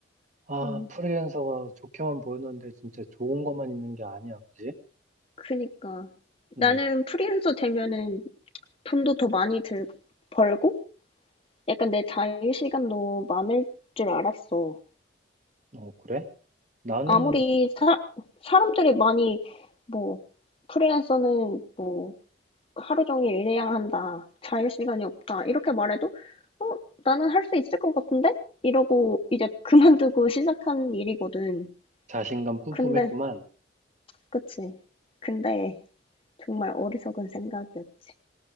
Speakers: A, on the right; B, on the left.
A: 아,
B: 음,
A: 프리랜서가 좋게만 보였는데 진짜 좋은 것만 있는 게 아니야, 그지?
B: 그니까
A: 음,
B: 나는 프리랜서 되면은 돈도 더 많이 들, 벌고 약간 내 자유 시간도 많을 줄 알았어.
A: 어, 그래? 나는
B: 아무리 사, 사람들이 많이 뭐 프리랜서는 뭐 하루 종일 일해야 한다, 자유 시간이 없다 이렇게 말해도 어 나는 할 수 있을 것 같은데 이러고 이제 그만두고 <laughs> 시작한 일이거든.
A: 자신감 뿜뿜했구만.
B: 근데 그치. 근데 정말 어리석은 생각이었지.